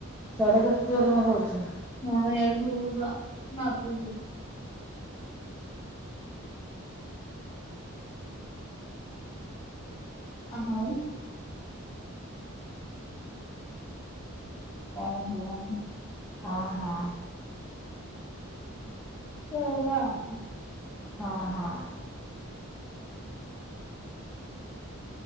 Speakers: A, in the centre; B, on the left.
A: ସ୍ୟାଡେ କେତ୍ ଜୋରେ ମେଘ ହୋଉଚି?
B: ହଁ ୟାଡେ ଜୋରେ ପୁରା ନାଦୁଚି। ହା ଉ। <unintelligible>
A: ହଁ ହଁ।
B: ସେଇଆ ଆଉ।
A: ହଁ ହଁ।